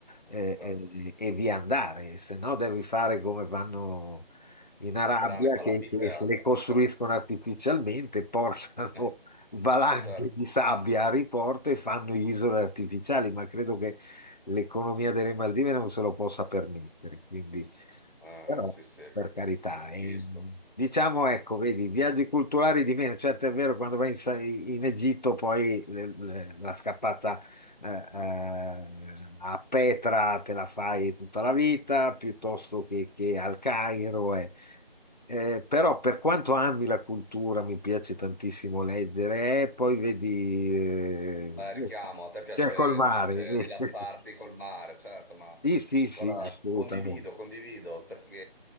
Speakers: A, on the left; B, on the left.
A: eh,
B: certo.
A: eh, e via andare, se no devi fare come vanno in Arabia
B: Costeranno le palafitte,
A: che, che
B: eh?
A: se le costruiscono
B: <laughs>
A: artificialmente, portano
B: Eh,
A: <laughs> valanghe
B: Ma certo.
A: di sabbia a riporto e fanno isole artificiali, ma credo che l'economia delle Maldive non se lo possa permettere, quindi
B: Ah,
A: però
B: sì, sì,
A: per carità,
B: capisco.
A: eh, diciamo ecco, vedi, viaggi culturali di meno, certo è vero quando vai in, Sa- in Egitto poi le- le- la scappata eh, eh, a Petra te la fai tutta la vita piuttosto che, che al Cairo. eh. Eh, però per quanto ami la cultura, mi piace tantissimo leggere, eh, poi vedi, eh,
B: Eh, richiamo, a te piace,
A: c'è col mare.
B: ti piace rilassarti
A: <laughs>
B: col mare, certo, ma
A: Sì, sì, sì,
B: guarda,
A: assolutamente.
B: condivido, condivido, perché